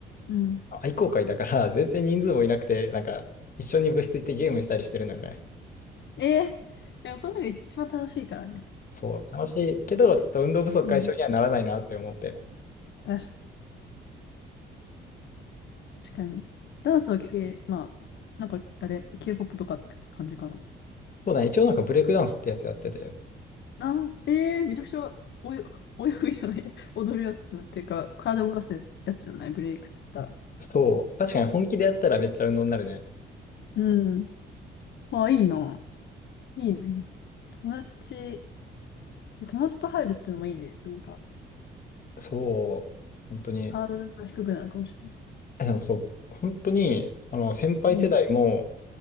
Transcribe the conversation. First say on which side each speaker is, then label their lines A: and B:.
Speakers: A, on the left; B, on the left.
A: うん
B: 愛好会だから、全然人数もいなくて、なんか、一緒に部室行ってゲームしたりしてるのよね。
A: ええでもその時が一番楽しいからね。
B: そう、楽しいけど、ちょっと運動不足解消にはならないなって思って。
A: うん。確かに。ダンスは系、えまあ、なんか、あれ、K-POP とかって感じかな。
B: そうだね。一応なんかブレイクダンスってやつやってて。
A: ああ、ええめちゃくちゃおよ、泳ぐじゃない、<laughs> 踊るやつっていうか、体動かすやつ、やつじゃない、ブレイクっつったら。
B: そう。確かに本気でやったらめっちゃ運動になるね。
A: うん。ああ、いいな。いいな、いいな。友達、友達と入るってのもいいね。なんか、
B: そう。本当に。
A: ハードルが低くなるかもしれ
B: えでもそう。本当に、あの、先輩世代も、
A: ない。うん。